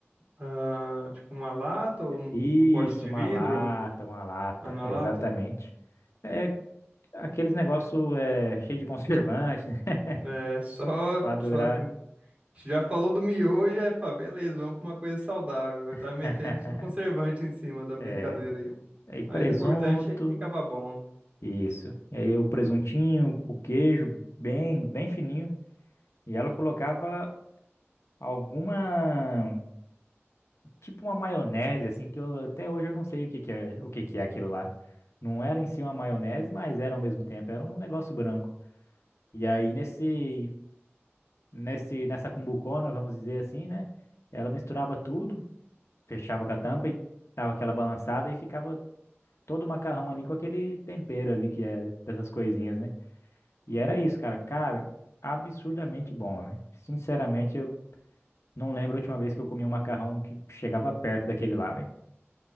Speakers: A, on the right; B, on the left.
A: Ah, tipo, uma lata ou num,
B: Isso,
A: num pote de
B: uma
A: vidro?
B: lata, uma lata,
A: Ah, na
B: exatamente.
A: lata?
B: É aqueles negócio é, cheio de conservante, né? <laughs>
A: É, só,
B: Pra durar.
A: só. Já falou do miojo, é, pá, beleza, vamos pra uma coisa saudável. Aí
B: <laughs>
A: tá metendo só conservante em cima da brincadeira
B: É,
A: aí. mano.
B: aí
A: Mas
B: presunto,
A: o importante é que ficava bom.
B: isso. E aí o presuntinho, o queijo, bem, bem fininho. E ela colocava alguma, tipo uma maionese, assim, que eu até hoje eu não sei o que que é, o que que é aquilo lá. Não era em si uma maionese, mas era ao mesmo tempo, era um negócio branco. E aí nesse, nesse, nessa cumbucona, vamos dizer assim, né? Ela misturava tudo, fechava com a tampa e dava aquela balançada e ficava todo o macarrão ali com aquele tempero ali que é dessas coisinhas, né? E era isso, cara. Cara, absurdamente bom, né? Sinceramente, eu não lembro a última vez que eu comi um macarrão que chegava perto daquele lá, velho.